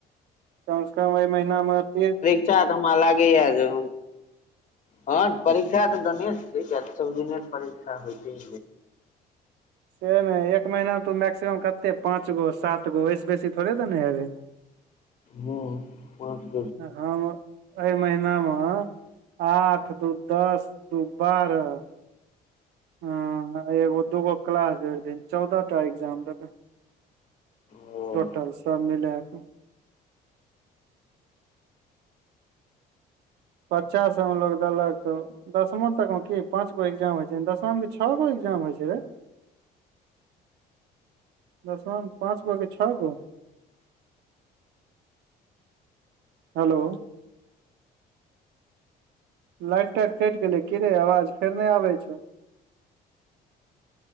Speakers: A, on the right (about 80°); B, on the left (about 45°).
A: कम से कम एहि महिना हमर तीर
B: अच्छा तऽ हमरा लागेैये जे हँ परीक्षा तऽ दने छै सब दिने परीक्षा होयते
A: से नहि एक महीना मे तू मैक्सिमम कते पाँच गो सात गो ओहिस बेसी थोड़े देने हेबै
B: हँ को
A: हम <inaudible> एहि महनामे आठ दू दस दू बारह हँ एगो दूगो क्लास भरि दऽ चौदह टा एग्जाम देब
B: ओ
A: टोटल सब मिलाक पचास सबएमे लोको देलक तऽ दसमा तक मे की पाँच गो एग्जाम होइ छै दसमा के छौ गो एग्जाम होइ छै रे दर्शन पाँच गो के छओ गो हेलो लाइट उट कटि गेले की रे आवाज फेर नहि आबै छौ